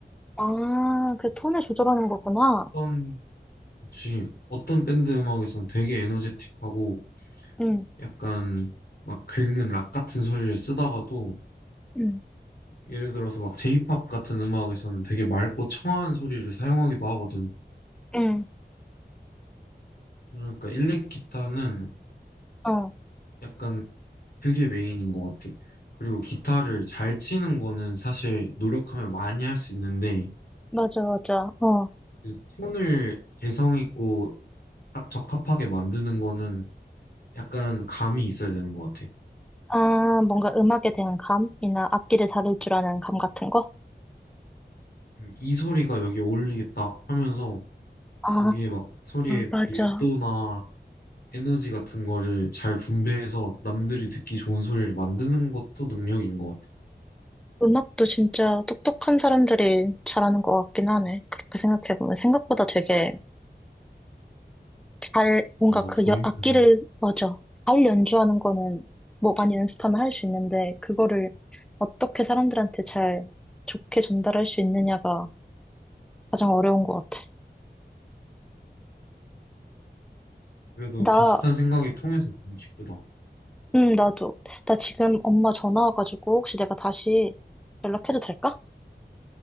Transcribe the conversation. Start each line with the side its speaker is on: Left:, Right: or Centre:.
Centre: 아, 그 톤을 조절하는 거구나.
Left: 어떤, 그치. 어떤 밴드 음악에서는 되게 에너제틱하고
Centre: 응,
Left: 약간 막 긁는 락 같은 소리를 쓰다가도
Centre: 응,
Left: 예를 들어서 막 J-pop 같은 음악에서는 되게 맑고 청아한 소리를 사용하기도 하거든.
Centre: 응.
Left: 그러니까 일렉 기타는
Centre: 어,
Left: 약간 그게 메인인 것 같아. 그리고 기타를 잘 치는 거는 사실 노력하면 많이 할 수 있는데,
Centre: 맞아, 맞아. 어.
Left: 그 톤을 개성 있고 딱 적합하게 만드는 거는 약간 감이 있어야 되는 것 같아.
Centre: 아, 뭔가 음악에 대한 감이나 악기를 다룰 줄 아는 감 같은 거?
Left: 음, 이 소리가 여기 어울리겠다 하면서
Centre: 아,
Left: 거기에 막 소리의
Centre: 맞아.
Left: 밀도나 에너지 같은 거를 잘 분배해서 남들이 듣기 좋은 소리를 만드는 것도 능력인 것 같아.
Centre: 음악도 진짜 똑똑한 사람들이 잘하는 것 같긴 하네. 그렇게 생각해보면 생각보다 되게 잘, 뭔가
Left: 맞아,
Centre: 그
Left: 더
Centre: 여-
Left: 힘들어.
Centre: 악기를, 맞아. 잘 연주하는 거는 뭐 많이 연습하면 할 수 있는데, 그거를 어떻게 사람들한테 잘 좋게 전달할 수 있느냐가 가장 어려운 것 같아.
Left: 그래도
Centre: 나,
Left: 비슷한 생각이 통해서 너무 기쁘다.
Centre: 음, 나도. 나 지금 엄마 전화 와가지고 혹시 내가 다시 연락해도 될까?